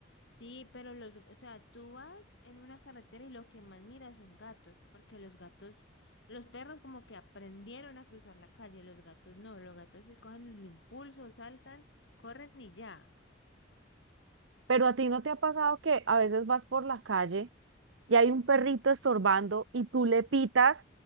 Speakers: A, on the left; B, on the right.
A: Sí, pero los, o sea, tú vas en una carretera y lo que más miras son gatos, porque los gatos, los perros como que aprendieron a cruzar la calle, los gatos no, los gatos se cogen el impulso, saltan, corren y ya.
B: Pero a ti no te ha
A: Y-
B: pasado que a veces vas por la calle y hay un perrito estorbando y tú le pitas